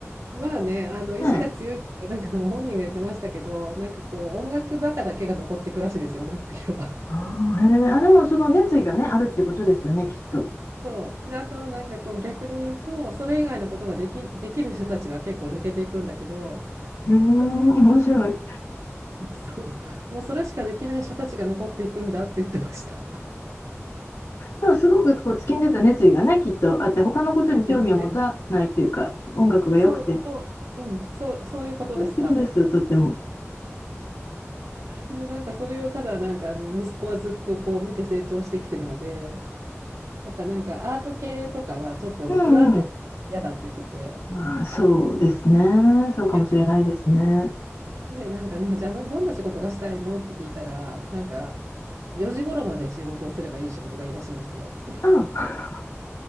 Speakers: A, on the right; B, on the left.
A: まあね、あの意志が強いって、
B: ね
A: なんかでも本人が言ってましたけど、なんかこう、音楽バカだけが残っていくらしいですよ、音楽系は。
B: ああ、へえ、あ、でもその熱意がね、あるっていうことですよね、きっと。
A: そう。で、あと、なんかこう、逆に言うと、それ以外のことができ、できる人たちは結構抜けていくんだけど、
B: うーん、ん面白い。
A: <laughs> そう。もうそれしかできない人たちが残っていくんだって言ってました。
B: でもすごくこう突きんでた熱意がね、きっとあって、他のことに興味を持たないというか、
A: <laughs> ですね。
B: 音楽が良くて、
A: そう、そう、うん、そう、そういうことです、
B: 素敵ですよ、
A: 多分。
B: とっても。
A: で、なんかそれをただ、なんかあの、息子はずっとこう、見て成長してきてるので、やっぱなんかアート系とかはちょっと不安定だから嫌だって言ってて、
B: うんうん。まあ、そうですね。そうかもしれないですね。
A: <laughs> で、なんかな、じゃああの、どんな仕事がしたいのって聞いたら、なんか、4時頃まで仕事をすればいい仕事がいいらしいんですよ。
B: うん。<laughs>